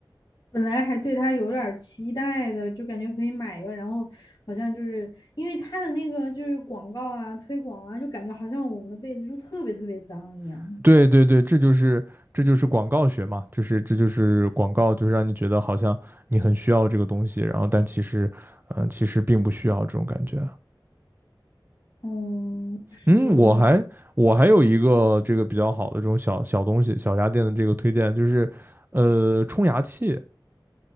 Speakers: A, on the left; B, on the right.
A: 本来还对它有点儿期待的，就感觉可以买一个，然后好像就是因为它的那个就是广告啊、推广啊，就感觉好像我们的被子就特别特别脏一样。
B: <laughs> 对对对，这就是这就是广告学嘛，就是这就是广告，就是让你觉得好像你很需要这个东西，然后但其实嗯、呃其实并不需要这种感觉。
A: 嗯，是
B: 嗯，我还我还有一个这个比较好的这种小小东西，小家电的这个推荐就是，呃，冲牙器，